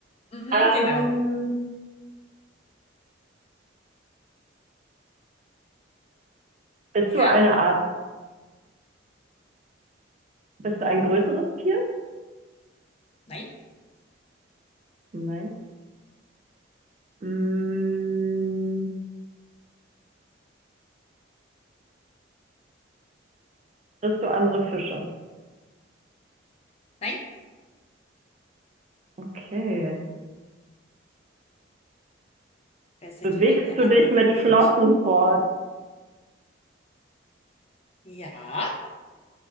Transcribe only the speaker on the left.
Mhm,
genau.
Ja,
nein,
nein.
Besser
keine
anderen
Fische.
Ja,